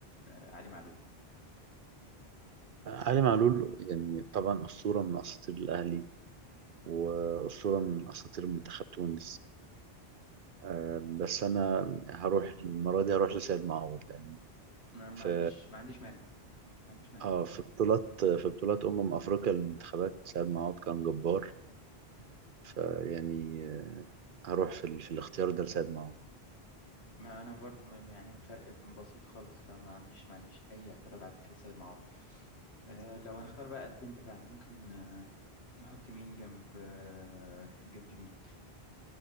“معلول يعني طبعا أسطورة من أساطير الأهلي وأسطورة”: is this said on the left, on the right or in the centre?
Right